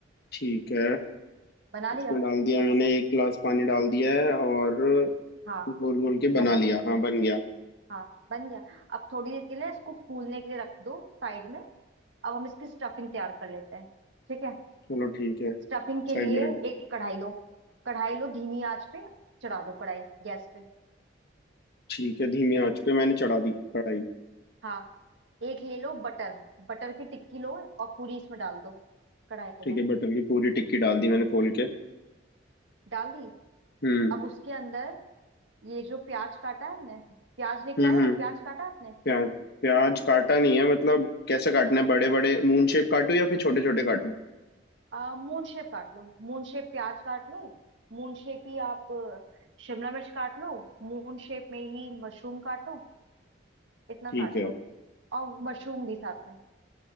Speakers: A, on the left; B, on the right.
A: ठीक है
B: बना
A: इसमें
B: लिया
A: डाल दिया मैंने एक गिलास पानी डाल दिया है और
B: हाँ
A: घोल घोल के
B: बना
A: बना लिया
B: लो
A: हाँ बन गया
B: हाँ बन गया अब थोड़ी देर के लिए इसको फूलने के लिए रख दो साइड में अब हम इसकी स्टफिंग तैयार कर लेते हैं ठीक है
A: चलो ठीक है
B: स्टफिंग के
A: साइड
B: लिए
A: में रख दे
B: एक कढ़ाई लो कढ़ाई लो धीमी आंच पे चढ़ा दो कढ़ाई गैस पे
A: ठीक है धीमी आंच पे मैंने चढ़ा दी कढ़ाई
B: हाँ एक ले लो बटर बटर की टिक्की लो और पूरी इसमें डाल दो कढ़ाई
A: ठीक
B: में
A: है बटर की पूरी टिक्की डाल दी मैंने खोल के
B: डाल दी
A: हम्म
B: अब उसके अंदर ये जो प्याज काटा है आपने प्याज लेके
A: हम्म
B: आए हो
A: हम्म
B: प्याज काटा आपने
A: प्याज प्याज काटा नहीं है मतलब कैसे काटना है बड़े बड़े मून शेप काटूं या फिर छोटे छोटे काटूं
B: आ, मून शेप काट लो मून शेप प्याज काट लो मून शेप ही आप अ, शिमला मिर्च काट लो मून शेप में ही मशरूम काटो इतना
A: ठीक
B: काट
A: है
B: लो और मशरूम भी साथ में